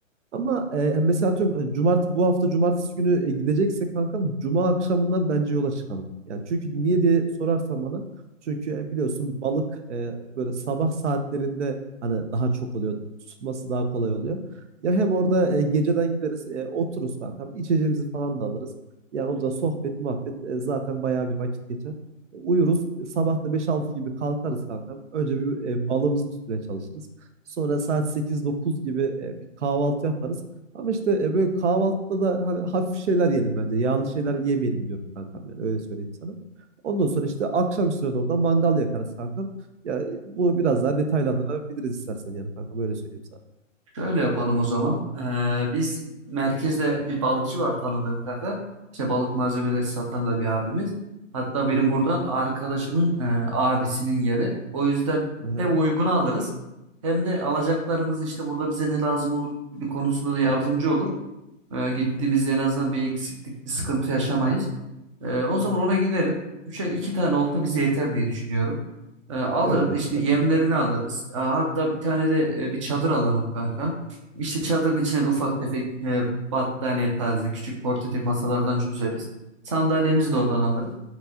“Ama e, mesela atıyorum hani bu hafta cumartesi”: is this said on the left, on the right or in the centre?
Right